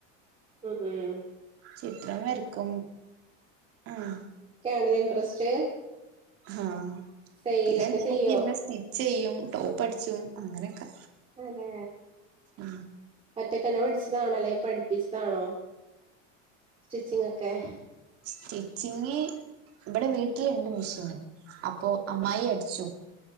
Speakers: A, on the right; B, on the right.
A: <unintelligible> ഉം
B: ചിത്രം വരക്കും ആഹ്
A: ആണല്ലോ ഇൻട്രസ്റ്റ്
B: ആഹ്
A: ടൈലൊക്കെ
B: പിന്നെ എന്തേലൊക്കെ
A: ചെയ്യോ
B: ഇരുന്ന് സ്റ്റിച്ച് ചെയ്യും ടോപ്പ് അടിച്ചും അങ്ങനെയൊക്കെ
A: അനേ
B: ഉം
A: ഒറ്റൊക്കെന്നെ പഠിച്ചതാണോ അല്ലെങ്കി പഠിപ്പിച്ചതാണോ സ്റ്റിച്ചിങ്ങ് ഒക്കെ
B: സ്റ്റിച്ചിങ് ഇവിടെ വീട്ടിലുണ്ട് മെഷീന് അപ്പോ അമ്മായി അടിച്ചു